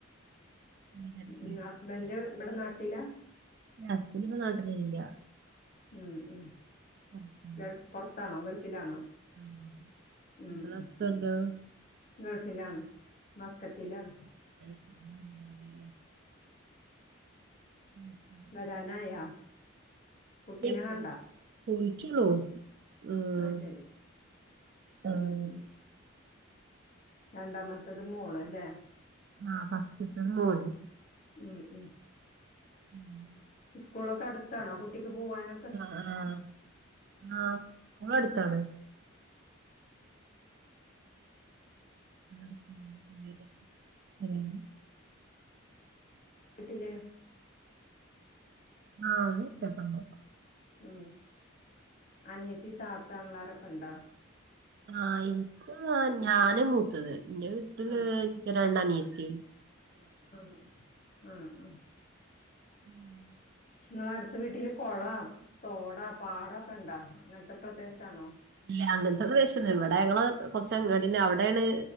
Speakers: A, on the right; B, on the left.
A: <unintelligible>
B: ഉമ് ഹസ്ബന്റ് ഇവിടെ നാട്ടിലാ
A: ഇന്റെ ഹസ്ബന്റ് ന്റെ നാട്ടിലില്ല
B: മ് മ്
A: പൊറത്താണ്
B: ഗൾഫ് പുറത്താണോ ഗൾഫിലാണോ
A: ആഹ്
B: ഉമ്
A: നിങ്ങളെ ഹസ്ബന്റോ
B: ഗൾഫിലാണ് മസ്ക്കറ്റിലാണ്
A: <inaudible> മം മ്
B: വരാനായോ കുട്ടിനെ
A: പോയി
B: കണ്ടോ
A: <unintelligible> ഉം
B: അയ് ശരി
A: ആഹ്
B: മ് മ് രണ്ടാമത്തത് മോള് അല്ലേ?
A: ആഹ് ഫസ്റ്റത്തത് മോന് ഓഹ്
B: ഉമ് ഉമ്
A: <inaudible>
B: സ്കൂളൊക്കെ അടുത്താണോ കുട്ടിക്ക് പോവാനും
A: ആഹ് ആഹ് ആം <unintelligible> അടുത്താണ് <inaudible>
B: വീട്ടില്
A: ആഹ് <unintelligible>
B: മ് അനിയത്തി, താത്താ ആങ്ങളാരൊക്കെ ഉണ്ടാ
A: ആഹ് ഇൻക്കും ആഹ് ഞാനാ മൂത്തത് എന്റെ വീട്ടില്
B: ആഹ്
A: ഇന്ക് രണ്ട് അനിയത്തി
B: ആഹ് ആഹ് ആഹ്
A: ഉമ്
B: ഇങ്ങള അടുത്ത വീട്ടില് കുളം, തോട, പാടൊക്കെ ഉണ്ടാ അങ്ങനത്തെ പ്രദേശാണോ
A: ഇല്ല അങ്ങനത്തെ ഒരു പ്രദേശല്ല ഇവിടെ ഞങ്ങള് കൊറച്ചങ്ങാടി അവിടെയെണ്